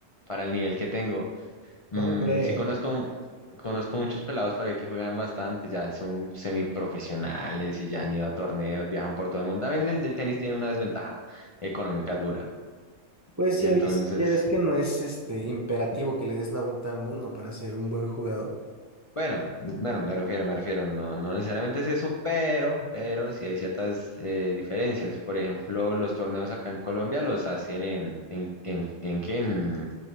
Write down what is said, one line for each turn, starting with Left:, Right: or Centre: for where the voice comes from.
Left: para el nivel que tengo. Mm,
Right: ¿Cómo crees?
Left: sí conozco, conozco muchos pelados para ahí que juegan bastante, ya son semiprofesionales y ya han ido a torneos, viajan por todo el mundo. También el, el tenis tiene una desventaja económica dura.
Right: Pues
Left: Entonces,
Right: ya ves, ya ves que no es este imperativo que le des la vuelta al mundo para ser un buen jugador.
Left: Bueno, bueno, me refiero, me refiero, no, no necesariamente es eso, pero, pero sí hay ciertas eh, diferencias. Por ejemplo, los torneos acá en Colombia los hacen en, en, en, en qué, en,